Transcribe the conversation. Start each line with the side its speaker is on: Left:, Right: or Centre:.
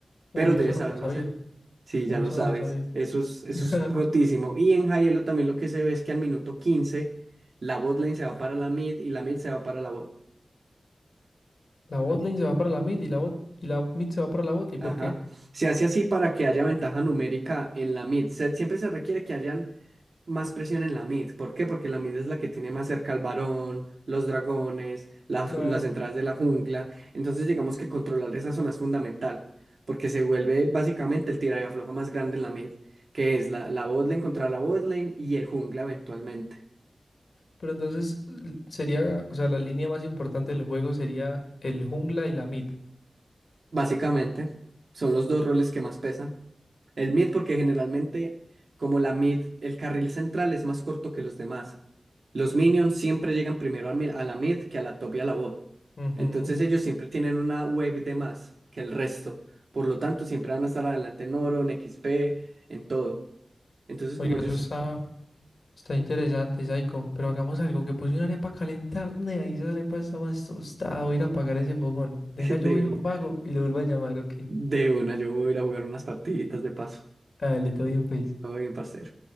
Left: Uy,
Right: pero
Left: yo
Right: debes
Left: eso no
Right: saberlo
Left: lo sabía.
Right: hacer. Sí,
Left: Uy,
Right: ya lo
Left: eso
Right: sabes.
Left: no lo sabía.
Right: Eso es, eso
Left: <laughs>
Right: es rotísimo. Y en Hielo también lo que se ve es que al minuto 15 la botlane se va para la mid y la mid se va para la bot.
Left: La bot lane se va para la mid y la bot, y la mid se va para la bot. ¿Y por
Right: Ajá.
Left: qué?
Right: Se hace así para que haya ventaja numérica en la mid. Se- siempre se requiere que hayan más presión en la mid. ¿Por qué? Porque la mid es la que tiene más cerca al varón, los dragones, las,
Left: Claro.
Right: ju- las entradas de la jungla. Entonces, digamos que controlar esa zona es fundamental, porque se vuelve básicamente el tira y afloja más grande en la mid, que es la, la botlane contra la botlane y el jungla eventualmente.
Left: Pero entonces l- sería, o sea, la línea más importante del juego sería el jungla y la mid.
Right: Básicamente, son los dos roles que más pesan. El mid, porque generalmente, como la mid, el carril central es más corto que los demás. Los minions siempre llegan primero al mi- a la mid que a la top y a la bot.
Left: Ujú.
Right: Entonces ellos siempre tienen una wave de más que el resto. Por lo tanto, siempre van a estar adelante en oro, en XP, en todo. Entonces,
Left: Oiga,
Right: como ellos
Left: eso está, está interesante, Saiko. Pero hagamos algo, que puse una arepa a calentar, nea, y esa arepa está más tostada. Voy a ir a apagar ese fogón. Venga,
Right: <laughs>
Left: yo
Right: de,
Left: voy y lo
Right: un-
Left: apago y lo vuelvo a llamar, ok.
Right: de una, yo voy a ir a jugar unas partiditas de paso.
Left: Dale, todo bien, pues.
Right: Todo bien, parcero.